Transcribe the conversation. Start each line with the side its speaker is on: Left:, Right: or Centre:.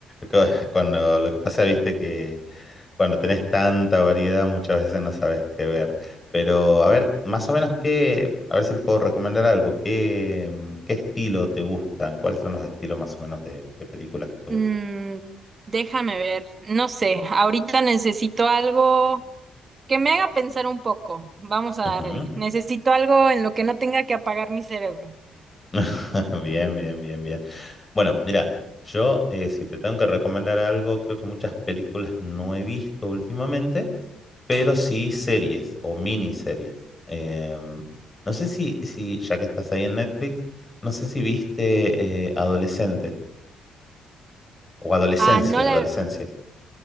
Left: Co- Cuando lo que pasa, viste que cuando tenés tanta variedad muchas veces no sabes qué ver. Pero a ver, más o menos qué, a ver si te puedo recomendar algo. ¿Qué, mm, qué estilo te gustan? ¿Cuáles son los estilos más o menos de, de películas que te gustan?
Right: Mm, déjame ver, no sé, ahorita necesito algo que me haga pensar un poco. Vamos a
Left: Ujú.
Right: darle. Necesito algo en lo que no tenga que apagar mi cerebro.
Left: <laughs> Bien, bien, bien, bien. Bueno, mira, yo eh, si te tengo que recomendar algo, creo que muchas películas no he visto últimamente, pero sí series o miniseries. Em, no sé si, si, ya que estás ahí en Netflix, no sé si viste eh, Adolescente o Adolescencia,
Right: Ah, no la,
Left: Adolescencia.
Right: he-